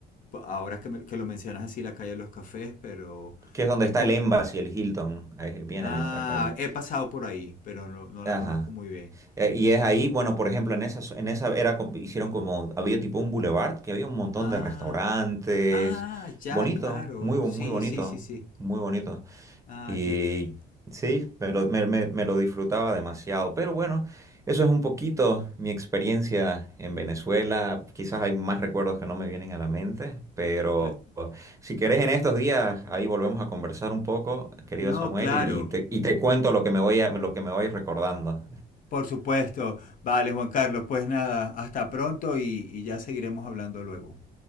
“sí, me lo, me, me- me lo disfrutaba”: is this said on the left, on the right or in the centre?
Right